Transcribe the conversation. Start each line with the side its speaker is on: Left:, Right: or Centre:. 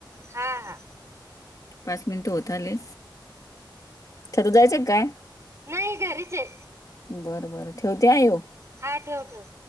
Right: हा हा
Left: पाच मिनिट होतले तर जायचं काय?
Right: नाही घरीचे
Left: बरं बरं ठेवते आ येो.
Right: हा ठेव ठेव.